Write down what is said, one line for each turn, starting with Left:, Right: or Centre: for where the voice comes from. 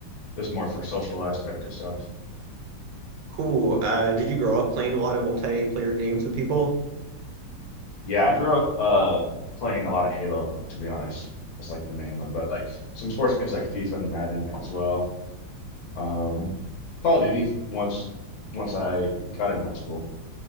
Left: just more for social aspect of stuff.
Right: Cool. Uh, did you grow up playing a lot of multiplayer games with people?
Left: Yeah, I grew up uh playing a lot of Halo, to be honest. That's like the main one, but like some sports games like FIFA and Madden as well. Um, Call of Duty once once I got in high school.